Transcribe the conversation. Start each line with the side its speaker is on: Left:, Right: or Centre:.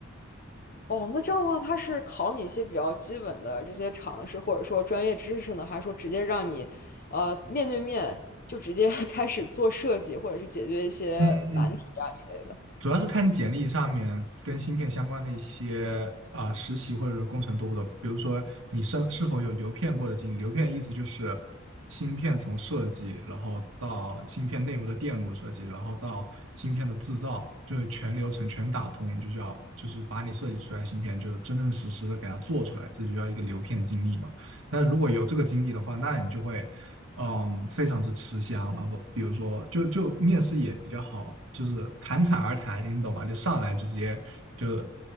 Left: 哦，那这样的话，他是考你一些比较基本的这些常识，或者说专业知识呢，还是说直接让你，呃，面对面就直接 <laughs> 开始做设计，或者是解决一些难题啊之类的？
Right: 嗯嗯主要是看你简历上面跟芯片相关的一些啊、实习或者是工程多不多。比如说你是是否有流片过的经历？流片意思就是芯片从设计，然后到芯片内部的电路设计，然后到芯片的制造，就是全流程全打通，就叫就是把你设计出来的芯片，就是真真实实的给它做出来，这就叫一个流片经历嘛。那如果有这个经历的话，那你就会嗯，非常之吃香。然后比如说，就就面试也比较好，就是侃侃而谈，你懂吗？就上来就直接就